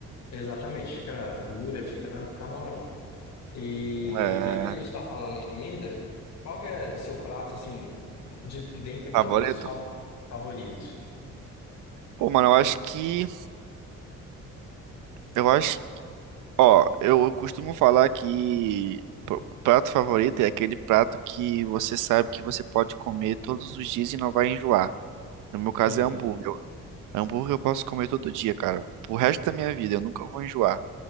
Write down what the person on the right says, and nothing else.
É,
Favorito.
Pô, mano, eu acho que, eu acho, ó, eu, eu costumo falar que pr- o prato favorito é aquele prato que você sabe que você pode comer todos os dias e não vai enjoar. No meu caso
é hambúrguer. Eu- Hambúrguer eu posso comer todo dia, cara. Pro resto da minha vida, eu nunca vou enjoar.